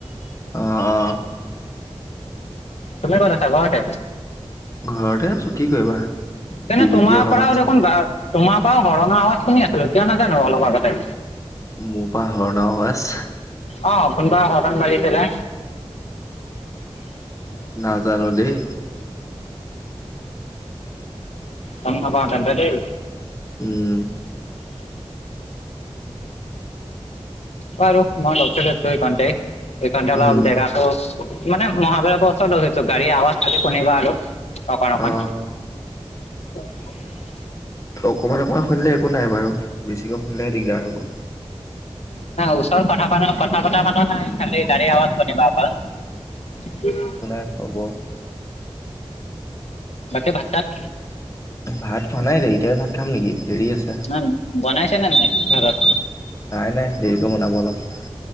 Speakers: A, on the left; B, on the left.
A: অ অ।
B: তুমি ক'ত আছা ঘৰতে।
A: ঘৰতে আছো কি কৰিবা। চি
B: তেনে
A: বি
B: তোমাৰ
A: টি অলপমান
B: পৰাও
A: চাই
B: দেখোন তোমাৰ পৰাও হৰণৰ আৱাজ শুনি আছিলো কিয় নাজানো অলপ আগতে।
A: মোৰ পৰা হৰ্ণৰ আৱাজ।
B: অ কোনোবা হৰ্ণ বাজিছিলে।
A: নাজানো দেই।
B: গম নাপাওঁ তেন্তে দেই।
A: উম।
B: বাৰু মই ৰখি লৈছো এইকনতে এইকনতে অলপ
A: উম
B: জেগাটো। মানে মহাভৈৰবৰ ওচৰত ৰখিছো গাড়ী আৱাজ খালি শুনিবা আৰু অকন অকণ।
A: অ
B: <inaudible>
A: অকমান অকণমান শুনিলে একো নাই বাৰু বেছিকৈ শুনিলেহে দিগদাৰ হ'ব।
B: নাই ওচৰত কথা প কথা পতা মানুহ নাই খালি গাড়ীৰ আৱাজ শুনিবা অকল। <inaudible>
A: একো নাই হ'ব।
B: বাকী ভাতা চাত।
A: ভাত খোৱা নাই দেই এতিয়াই ভাত খাম নেকি দেৰি আছে।
B: ন বনাইছে নে নাই ঘৰত।
A: নাই নাই দেৰিকৈ বনাব অলপ।